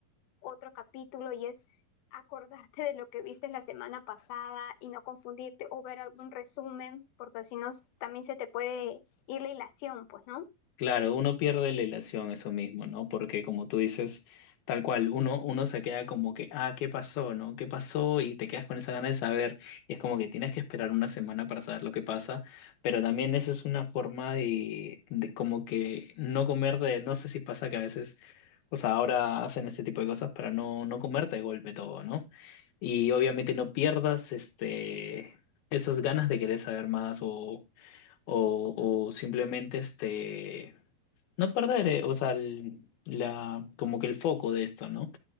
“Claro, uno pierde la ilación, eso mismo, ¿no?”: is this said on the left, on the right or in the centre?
Left